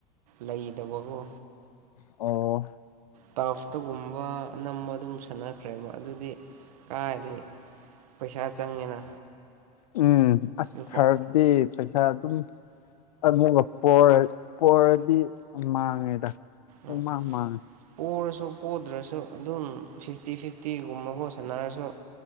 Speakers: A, on the right; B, on the left.
A: ꯂꯩꯗꯕꯒꯣ
B: ꯑꯣ
A: ꯇꯐꯇꯒꯨꯝꯕ ꯑꯅꯝꯕ ꯑꯗꯨꯝ ꯁꯥꯟꯅꯈ꯭ꯔꯦꯕ ꯑꯗꯨꯗꯤ ꯀꯥꯏꯗꯒꯤ ꯄꯩꯁꯥ ꯆꯪꯉꯦꯅ
B: ꯎꯝ ꯑꯁ
A: ꯂꯨꯄꯥ
B: ꯊꯥꯔꯗꯤ ꯄꯩꯁꯥ ꯑꯗꯨꯝ ꯑꯗꯨꯒ ꯄꯣꯔ ꯄꯣꯔꯗꯤ ꯃꯥꯡꯉꯦꯗ ꯄꯨꯡꯃꯥꯡ
A: ꯎꯝ
B: ꯃꯥꯡꯉꯦ
A: ꯄꯣꯔꯁꯨ ꯄꯣꯗ꯭ꯔꯁꯨ ꯑꯗꯨꯝ ꯐꯤꯐꯇꯤ ꯐꯤꯐꯇꯤꯒꯨꯝꯕꯒꯣ ꯁꯥꯟꯅꯔꯁꯨ